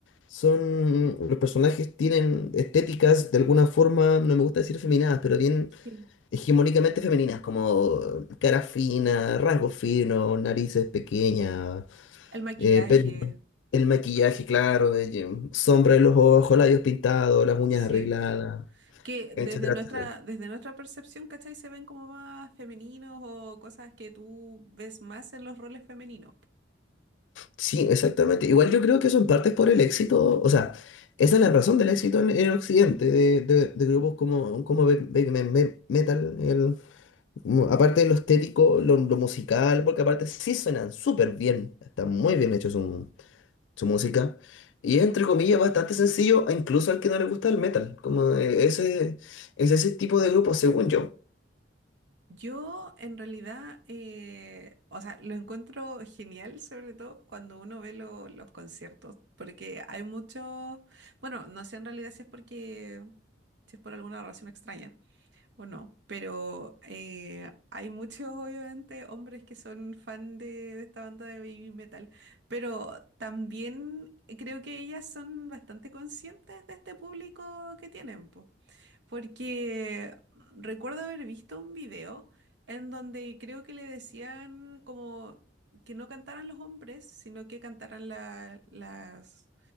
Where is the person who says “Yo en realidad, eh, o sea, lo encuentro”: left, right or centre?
Right